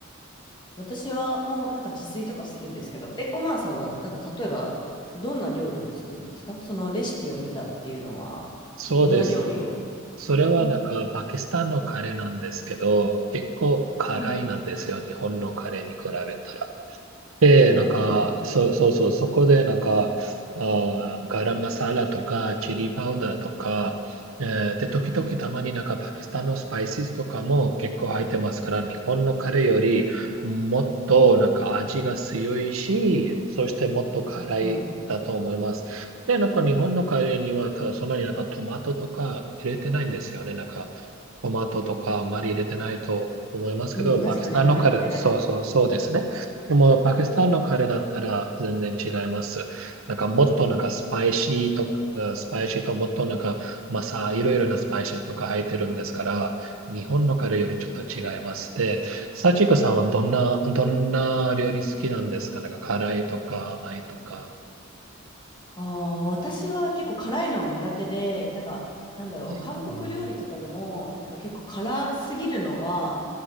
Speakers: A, on the left (about 25°); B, on the right (about 85°).
A: 私はもう、なんか自炊とかするんですけど、え、おまーさんは、なんか、例えば、どんな料理を作るんですかそのレシピを見たっていうのは、
B: そうです。
A: どんな料理を。
B: それはなんかパキスタンのカレーなんですけど、
A: うん。
B: 結構辛いなんですよ、
A: うんうん。
B: 日本のカレーに比べたら。で、
A: おー、
B: なんか、
A: なるほど。
B: そうそうそう、そこでなんか、あー、ガラムマサラとか、チリパウダーとか、えーで、時々たまになんかパキスタンのスパイシーとかも結構入ってますから、
A: うん。
B: 日本のカレーよりもっとなんか味が強いし、そしてもっと辛いだと思います。
A: うん。
B: で、なんか日本のカレーにはただそんなになんかトマトとか入れてないんですよね。なんかトマトとかあんまり入れてないと思いますけど、
A: うん、確かにあんまり入ってない。
B: パキスタンのカレー、そうそうそうですね。でも、パキスタンのカレーだったら全然違います。なんか、もっとなんかスパイシーと、あスパイシーともっとなんか、まあさ、いろいろなスパイシーとか入ってるんですから、日本のカレーよりちょっと違います。で、サチコさんはどんな、どんな料理好きなんですかなんか、辛いとか甘いとか。
A: ああ、私は結構辛いのは苦手で、なんか、なんだろう、
B: えー
A: 韓国料理とかでも、なんか結構辛すぎるのは、